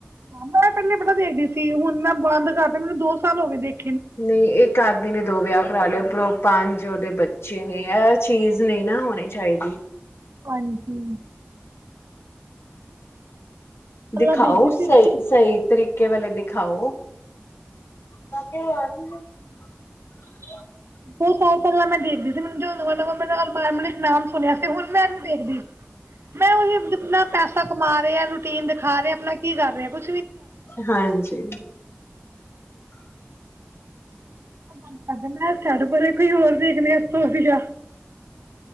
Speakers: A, on the right (about 70°); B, on the left (about 70°).
A: ਮੈਂ ਪਹਿਲੇ ਬੜਾ ਦੇਖਦੀ ਸੀ ਹੁਣ ਮੈਂ ਬੰਦ ਕਰਤਾ ਮੈਨੂੰ ਦੋ ਸਾਲ ਹੋ ਗਏ ਦੇਖ
B: ਨਹੀਂ ਇੱਕ ਆਦ ਆਦਮੀ ਨੇ ਦੋ ਵਿਆਹ ਕਰਾਲੇ। ਉਪਰੋਂ ਪੰਜ ਜੋ ਉਹਦੇ ਬੱਚੇ ਨੇ ਐ ਚੀਜ਼ ਨਹੀਂ ਨਾ ਹੋਣੀ ਚਾਹੀਦੀ।
A: ਹਾਂਜੀ।
B: ਦਿਖਾਓ
A: ਅੱਲਾ ਦੇਖਦੀ
B: ਸਹੀ,
A: ਸੀ
B: ਸਹੀ ਤਰੀਕੇ ਕੇਵਲ ਇਹ ਦਿਖਾਓ। <unintelligible> <unintelligible>
A: ਬਹੁਤ ਸਾਲ ਪਹਿਲਾਂ ਮੈਂ ਦੇਖਦੀ ਸੀ, ਜਦੋਂ ਮੈਂ ਨਵਾ ਨਵਾ ਅਰਮਾਨ ਮਲਿਕ ਨਾਮ ਸੁਣਿਆ ਸੀ ਹੁਣ ਮੈਂ ਨੀ ਦੇਖਦੀ ਮੈਂ ਉਹੀ ਆਪਣਾ ਪੈਸਾ ਕਮਾ ਰਿਹਾ ਰੂਟੀਨ ਦਿਖਾ ਰਿਹਾ ਆਪਣਾ ਕੀ ਕਰ ਰਿਹਾ ਕੁਛ
B: ਹਾਂਜੀ।
A: ਮੈਂ ਬੰਦ ਕਰਤਾ ਮੈ ਕਿਹਾ ਛੱਡ ਪਰੇ ਕੋਈ ਹੋਰ ਦੇਖਦੇ ਹਾਂ ਏਸ ਤੋਂ ਵਧੀਆ।